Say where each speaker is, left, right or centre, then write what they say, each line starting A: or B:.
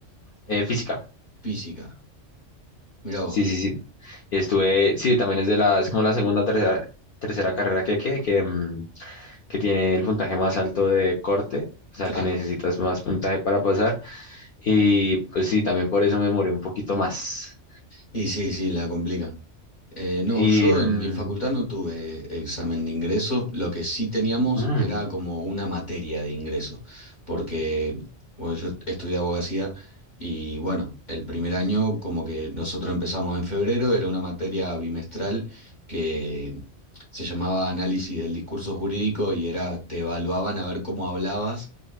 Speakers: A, on the left; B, on the left.
A: eh, física.
B: Física. Mirá
A: Sí,
B: vos.
A: sí, sí. Y estuve, sí, también es de la, es como la segunda o tercera, tercera carrera que, que, que, mm, que tiene el puntaje más alto de corte, o sea
B: Claro.
A: que necesitas más puntaje para pasar. Y pues sí, también por eso me demoré un poquito más.
B: Y sí, sí, la complican. Eh, no,
A: Y...
B: yo
A: mm,
B: en mi facultad no tuve examen de ingreso, lo que sí teníamos
A: mm,
B: era como una materia de ingreso, porque bueno, yo estudié abogacía y bueno, el primer año como que nosotros empezamos en febrero, era una materia bimestral que se llamaba análisis del discurso jurídico y era, te evaluaban a ver cómo hablabas